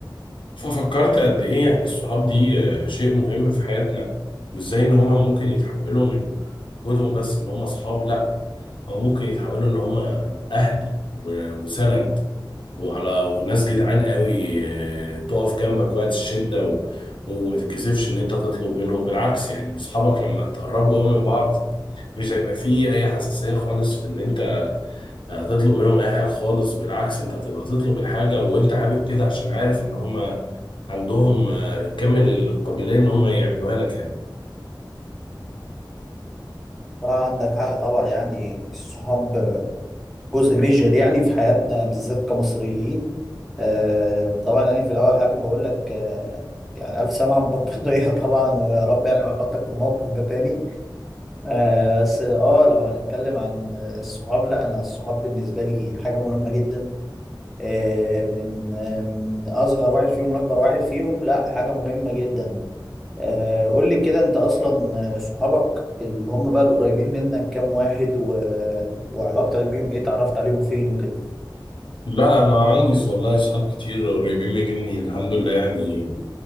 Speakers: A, on the left (about 85°); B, in the centre.
A: ففكرت قد ايه يعني الصحاب دي آه، شيء مهم في حياتنا وازاي ان هما ممكن يتحولوا من وجودهم بس ان هما صحاب لا هو ممكن يتحولوا ان هما اهل و- وسند وعلى وناس جدعان قوي آه، تقف جنبك وقت الشدة و... وما تتكسفش ان انت تطلب منهم بالعكس يعني اصحابك لما تقربوا قوي من بعض مش هيبقى فيه اي حساسية خالص في ان انت هتطلب منهم اي حاجة خالص بالعكس انت هتبقى تطلب الحاجة وانت حابب كده عشان عارف ان هم عندهم آه، كامل القابلية ان هم يعملوها لك يعني
B: صراحة عندك حق طبعا يعني الصحاب جزء ميجر يعني في حياتنا بالذات كمصريين آه طبعا يعني في الاول حابب اقول لك آه يعني الف سلامة على البطارية <laughs> طبعا ويا رب يعني ما احطك في الموقف ده تاني آه بس اه لو هنتكلم عن الصحاب لا انا الصحاب بالنسبة لي حاجة مهمة جدا آه من آه من اصغر واحد فيهم لاكبر واحد فيهم لا حاجة مهمة جدا آه، قول لي كده انت اصلا آه، صحابك اللي هم بقى القريبين منك كام واحد و... وعلاقتك بيهم ايه اتعرفت عليهم فين وكده
A: لا انا عندي والله اصحاب كتير قريبين مني الحمد لله يعني